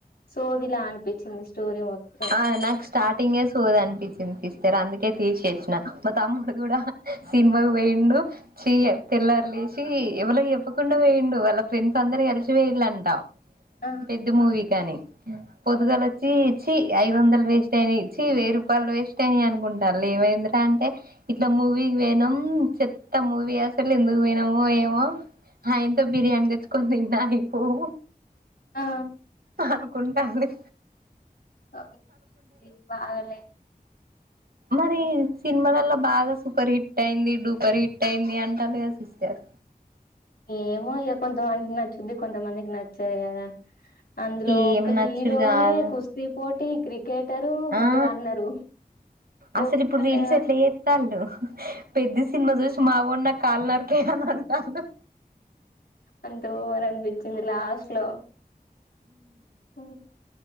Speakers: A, on the left (about 80°); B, on the right (about 75°).
A: సోదిలా అనిపించింది స్టోరీ మొత్తం
B: ఆ నాకు స్టార్టింగే సోది అనిపించింది సిస్టర్ అందుకే తీసేసిన మా తమ్ముడు కూడా సినిమాకు పోయిండు చ్ తెల్లారు లేచి ఎవరికి చెప్పకుండా పోయిండు వాళ్ళ ఫ్రెండ్స్ అందరు కలిసి పోయిందంట
A: ఆ
B: పెద్ద మూవీ కాని పొద్దుగాల
A: అవును
B: నుంచి ఐదు వందలు వేస్ట్ అయినా చీ వేయి రూపాయలు వేస్ట్ అయినయి అనుకుంటారు ఏమైందరా అంటే ఇట్లా మూవీ పోయినం చెత్త మూవీ అసలు ఎందుకు ఎందుకు పోయినమో ఏమో ఆ ఇంత బిర్యానీ తెచ్చుకొని తిన్నా అయిపోవు
A: ఆ
B: అనుకుంటాళ్ళు
A: పాప మూవీ బాగాలే
B: మరి సినిమాలలో బాగా సూపర్ హిట్ అయింది డూపర్ హిట్ అయింది అంటారు కద సిస్టర్
A: ఏమో ఇగ కొంతమందికి నచ్చుంది కొంతమందికి నచ్చదు కదా అందులో
B: ఏం
A: ఒక
B: నచ్చుడు
A: హీరోనే
B: కాదు
A: కుస్తీ పోటి క్రికెటర్ మళ్ళీ
B: ఆ
A: రన్నరు
B: అసలు
A: ఒక్కడే
B: ఇప్పుడు రీల్స్ ఎట్లా చేస్తారు పెద్ద సినిమా చూసి మావోడు నా కాలు నరుకు చెయ్యమంటారు
A: అంత ఓవర్ అనిపించింది లాస్ట్ లో ఉ